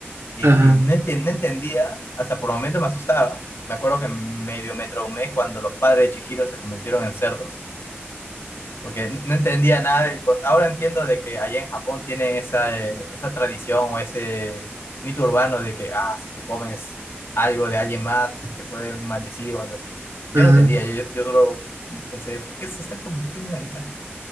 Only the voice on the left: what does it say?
y
no, enten- no entendía, hasta por momentos me asustaba. Me acuerdo que medio me traumé cuando los padres de Chihiro se convirtieron en cerdos. porque n- no entendía nada del... cont- Ahora entiendo de que allá en Japón tienen esa, eh, esa tradición o ese mito urbano de que, ah, si te comes algo de alguien más, te pueden maldecir o algo así. Yo
no entendía, yo, yo solo pensé, ¿por qué se está convirtiendo en animales?